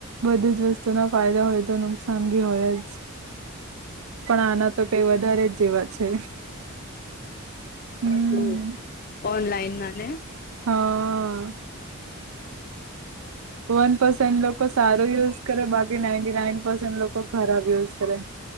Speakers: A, on the right; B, on the left.
A: બધી જ વસ્તુ ના ફાયદા હોય તો નુકસાન ભી હોય જ. પણ આના તો કઈ વધારે જ જેવા છે. હમ
B: ઓ ઓનલાઈન ના ને?
A: હા. વન પર્સેન્ટ લોકો સારો યુઝ કરે બાકી નાઈન્ટી નાઈન પર્સેન્ટ લોકો ખરાબ યુઝ કરે